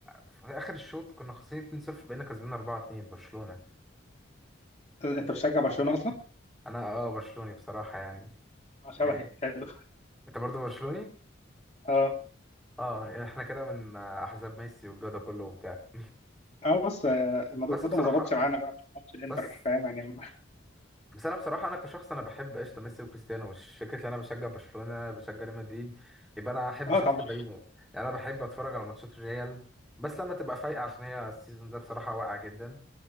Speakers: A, in the centre; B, on the left.
A: في اخر الشوط كنا خسرانين 2-0 بقينا كسبانين 4-2 برشلونة
B: انت بتشجع برشلونة اصلا؟
A: انا اه برشلوني بصراحة يعني
B: اه شبهي
A: يعني
B: حلو
A: انت برضه برشلوني؟
B: اه
A: اه يعني احنا كده من آه، احزاب ميسي والجو ده كله وبتاع
B: اه بص آه، الموضوع
A: بس بصراحة
B: ده ما ظبطش معانا بقى في ماتش الانتر
A: بس
B: فاهم يعني
A: بس أنا بصراحة أنا كشخص أنا بحب قشطة ميسي وكريستيانو مش فكرة إن أنا بشجع برشلونة بشجع ريال مدريد يبقى أنا أحب
B: اه
A: شخص
B: طبعا
A: بعينه يعني أنا بحب أتفرج على ماتشات الريال بس لما تبقى فايقة عشان هي السيزون ده بصراحة واقع جدا